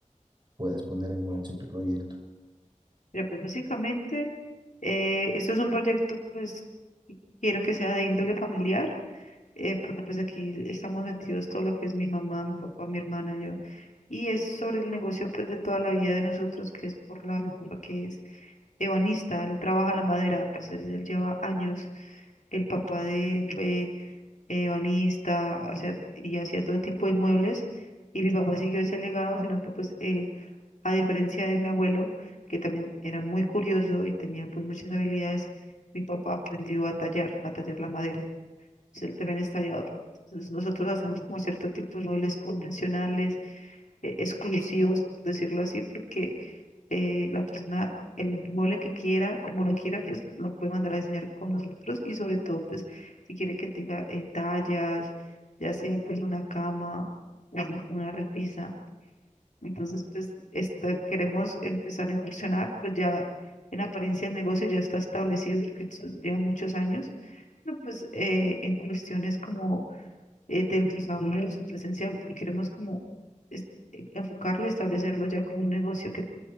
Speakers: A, on the right (about 35°); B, on the left (about 70°).
A: puedas poner en marcha tu proyecto.
B: Mira, pues básicamente, eh, esto es un proyecto, pues, que quiero que sea de índole familiar, eh, porque pues aquí estamos metidos todo lo que es mi mamá, mi papá, mi hermana, yo. Y es sobre el negocio, pues, de toda la vida de nosotros, que es por la, mi papá que es ebanista, él trabaja la madera, pues, él él lleva años, el papá de él fue eh, banista, hacía- y hacía todo tipo de muebles. Y mi papá siguió ese legado, sino que pues él, a diferencia de mi abuelo, que también era muy curioso y tenía pues muchas habilidades, mi papá aprendió a tallar, a tallar la madera. Entonces, él también es tallador. Entonces nosotros hacemos como cierto tipo de muebles convencionales, eh, exclusivos, por decirlo así, porque eh, la persona, el mueble que quiera, como lo quiera, pues lo puede mandar a diseñar con nosotros y sobre todo, pues si quiere que tenga eh, tallas, ya sea pues una cama, un- una repisa. Entonces, pues esta- queremos empezar a incursionar, pues ya en apariencia el negocio ya está establecido porque son- llevan muchos años, pero pues eh, en cuestiones como eh, del sabor presencial, porque queremos como es- eh, enfocarlo y establecerlo ya como un negocio que